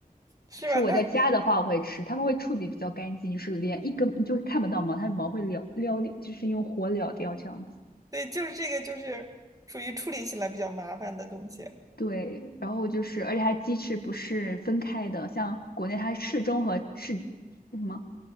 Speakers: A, on the right (about 20°); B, on the left (about 80°).
A: 是吧？
B: 就是我在家的话我会吃，
A: 那
B: 他们会处理比较干净，就是连一根你就看不到毛，它的毛会撩撩掉，就是用火燎掉这样子。
A: 对，就是这个，就是属于处理起来比较麻烦的东西，
B: 对，然后就是，而且它鸡翅不是分开的，像国内它翅中和翅那什么？